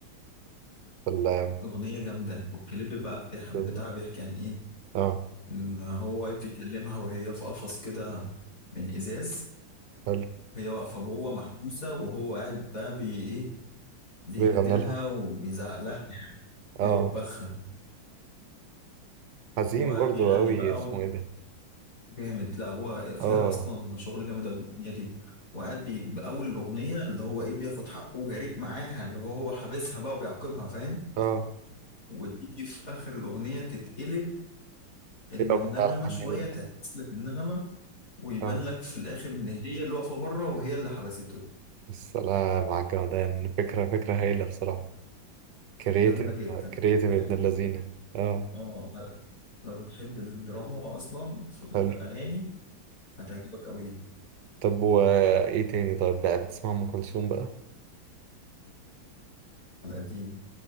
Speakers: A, on the right; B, on the left.
A: ولا
B: اغنيه جامده والكليب بقى بتاع بتاعها
A: <laughs>
B: بيحكي عن ايه
A: اه
B: ان هو واقف بيكلمها وهي في قفص كده من ازاز
A: حلو
B: هي واقفه جوه محبوسه وهو قاعد بقى بي ايه بيجادلها
A: بيغنى لها
B: وبيزعق لها
A: اه
B: بيوبخها
A: حزين
B: وبيغني
A: برضو أوي
B: بقى
A: اسمه إيه ده؟
B: جامد لا هو فيها
A: آه
B: اصلا شغل جامد أوي الاغنيه دي وقاعد بي- باول الاغنيه اللي هو ايه بياخد حقه وجريء معاها اللي هو هو حابسها بقى وبيعاقبها فاهم
A: آه
B: وتيجي في اخر الاغنيه تتقلب النغمه
A: يبقى بتاع الحنية
B: شويه
A: ده.
B: تعكس لك النغمه ويبان
A: آه
B: لك في الاخر ان هي اللي واقفه بره وهي اللي حبسته
A: السلام على الجمدان فكرة فكرة هايلة بصراحة كرييتيف
B: جامده جدا
A: كرييتيف
B: يعني
A: ابن اللذينة آه
B: اه لو بتحب الدراما اصلا في الاغاني
A: حلو
B: هتعجبك قوي دي
A: طب وإيه تاني طيب بقى بتسمع أم كلثوم بقى؟
B: على القديم